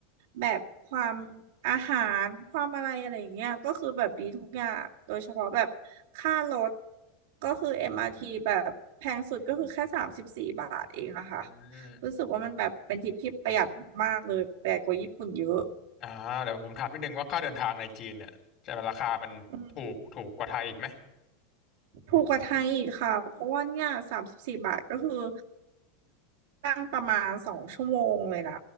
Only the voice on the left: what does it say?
อืม
อ่าเดี๋ยวผมถามนิดนึงว่าค่าเดินทางในจีนเนี่ยจะราคามันถูกถูกกว่าไทยอีกไหม